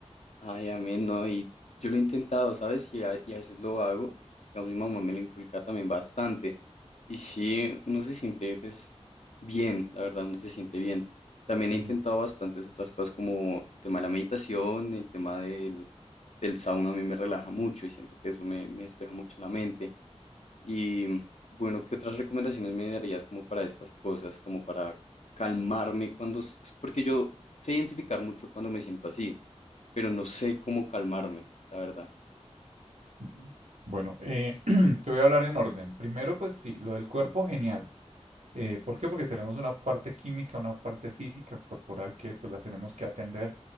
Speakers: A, on the left (about 70°); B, on the right (about 85°).
A: Ay, amén, no, y yo lo he intentado, ¿sabes? Y a, y a veces lo hago. Digamos, mi mamá me lo inculca también bastante. Y sí, uno se siente, pues, bien, la verdad, uno se siente bien. También
B: Genial.
A: he intentado bastantes otras cosas como el tema de la meditación, el tema del, del sauna, a mí me relaja mucho y siento que eso me, me despeja mucho la mente. Y bueno, ¿qué otras recomendaciones me darías como para estas cosas, como para calmarme cuando... s- es Porque yo sé identificar mucho cuando me siento así, pero no sé cómo calmarme, la verdad.
B: Ujú. Bueno, eh, <clears throat> te voy a hablar en orden. Primero, pues sí, lo del cuerpo, genial. Eh, ¿por qué? Porque tenemos una parte química, una parte física, corporal, que pues la tenemos que atender.